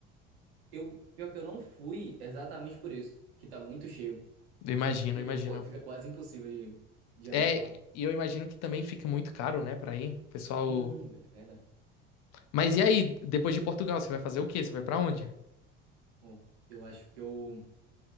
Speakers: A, on the right (about 85°); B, on the left (about 60°).
A: Eu, pior que eu não fui exatamente por isso, que tá muito cheio.
B: Eu imagino,
A: E Fica,
B: eu imagino.
A: qu- fica quase impossível de, de andar
B: É,
A: por lá.
B: e eu imagino que também fica muito caro, né, pra ir. O Pessoal.
A: Hum, é verdade.
B: Mas e aí, depois de Portugal, você vai fazer o quê? Você vai pra onde?
A: Bom, eu acho que eu,